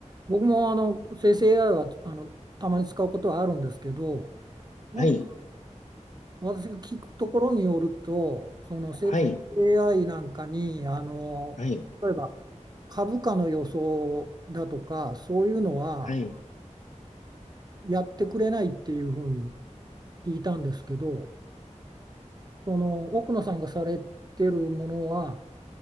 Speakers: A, on the right; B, on the left.
A: 僕もあの生成 AI はあのたまに使うことはあるんですけど、なんか
B: はい、
A: 私が聞くところによると、その生成
B: はい、
A: AI なんかに、あの例えば
B: はい、
A: 株価の予想だとか、そういうのは
B: はい、
A: やってくれないっていうふうに聞いたんですけど、その奥野さんがされてるものは、